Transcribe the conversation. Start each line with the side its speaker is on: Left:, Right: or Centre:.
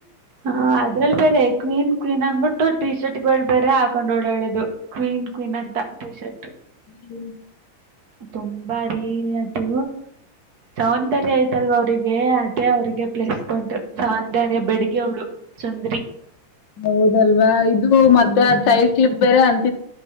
Right: ಹ ಅದ್ರಲ್ಲಿ ಬೇರೆ ಕ್ವೀನ್ ಕ್ವೀನ್ ಅಂದ ಬಿಟ್ಟು ಟಿಶರ್ಟ್ಗಳು ಬರ ಹಾಕೊಂಡ್ ಓಡಾಡೋದು. <inaudible> ಕ್ವೀನ್ ಕ್ವೀನ್ ಅಂತ ಫೆಷೆಲ್ <inaudible>
Left: ಹೂ <inaudible>
Right: ತುಂಬ ರೀ ಅದು ಸೌಂದರ್ಯ ಆಯ್ತ ಅಲ್ವಾ ಅವ್ರಿಗೆ ಅ <inaudible> ಮತ್ತೆ ಅವ್ರಿಗೆ ಪ್ಲೇಸ್ ಪಾಯಿಂಟ್ ಸೌಂದರ್ಯ ಬೆಡಿಗೆ ಅವ್ಳು ಸುಂದರಿ. <inaudible>
Left: ಹೌದ ಅಲ್ವಾ ಇದು
Right: ಹ್ಮ್
Left: ಮತ್ತೆ ಸೈಡ್ ಕ್ಲಿಪ್ ಬೇರೆ ಅಂ <inaudible>